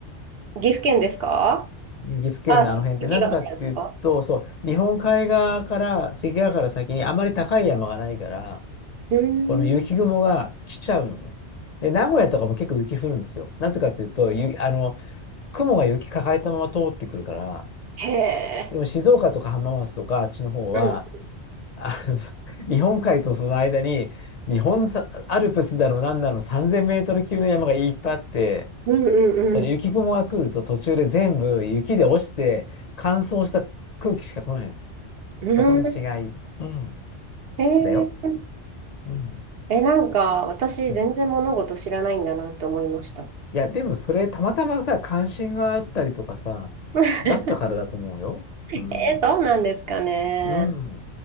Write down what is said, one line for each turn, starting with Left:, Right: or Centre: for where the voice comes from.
Right: 岐阜県ですか
Left: 岐阜県のあの辺ってなぜかっていうと、
Right: あ、関が入るんですか
Left: そう、日本海側から、関ヶ原から先にあまり高い山がないから、
Right: うーん。
Left: この雪雲が来ちゃうのね。で、名古屋とかも結構雪降るんですよ。なぜかっていうと、ゆ、あの、雲が雪抱えたまま通ってくるから、
Right: へえ。
Left: でも静岡とか浜松とかあっちの方は、
Right: うん。
Left: あの <laughs> 日本海とその間に、日本さアルプスだの何だの3000メートル級の山がいっぱいあって、
Right: うんうん
Left: その雪雲が来ると途中で全部雪で落ちて乾燥した空気しか来ないの。
Right: うん。
Left: そこの違い。
Right: うん。
Left: うん。
Right: へえー、
Left: だよ。うん。
Right: え、なんか、私、
Left: うん。
Right: 全然物事知らないんだなって思いました。
Left: いや、でもそれたまたまさ、関心があったりとかさ、
Right: <laughs>
Left: だったからだと思うよ。うん。
Right: えー、そうなんですかね。
Left: うん。